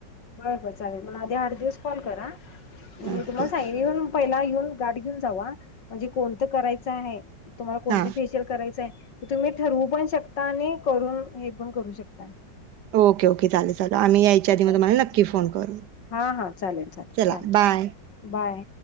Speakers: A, on the left; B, on the right.
A: बर बर चालेल, मला आधी आड दिवस कॉल करा, म मी
B: ओके
A: तुम्हाला सांगेल. तरी पण पहिला येऊन गाठ घेऊन जावा म्, हणजे कोणतं करायचं आहे, तुम्हाला कोणतं
B: हा
A: फेशियल फेशिअल करायच हाय, ते तुम्ही ठरवू पण शकता आणि करून, हे पण करू शकताय.
B: ओके ओके चालेल चालल, आम्ही यायच्या आधी
A: चालेल
B: म तुम्हाला नक्की फोन करू.
A: हा हा चालेल चालेल
B: चला
A: चालेल,
B: बाय.
A: बाय.